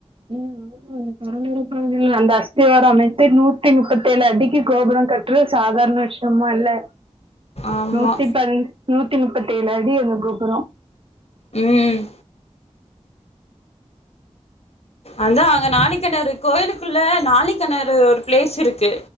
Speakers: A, on the right (about 50°); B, on the left (about 65°).
A: ம் ம் அந்த அஸ்திவார அமைத்து நூத்தி முப்பத்தேழு அடிக்கி கோபுரோ கட்றது சாதா ரண விஷயமால்ல
B: ஆமா
A: நூத்தி பந் நூத்தி முப்பத்தி ஏழு அடி அந்த கோபுரோ.
B: ம் அதா அங்க நாழிக்கெணறு கோயிலுக்குள்ள நாழிக்கெணறு ஒரு பிளேஸ் இருக்கு.